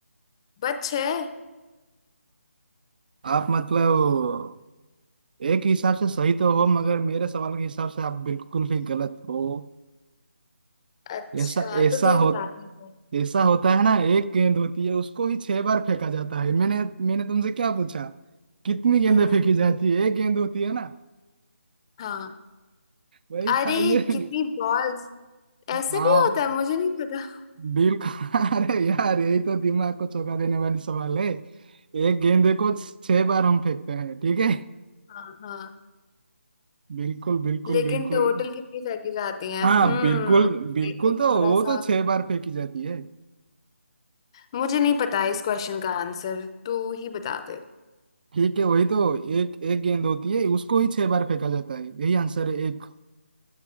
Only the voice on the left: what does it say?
बस छह
अच्छा
तो तू ही बता
रही है
हम्म
हाँ
अरे
कितनी बॉल्स ऐसे
भी होता है मुझे नहीं पता
हाँ हाँ
लेकिन
टोटल कितनी फेंकी जाती हैं
हम्म
ये तो थोड़ा
सा
मुझे नहीं पता है इस क्वेश्चन का आंसर तू ही बता दे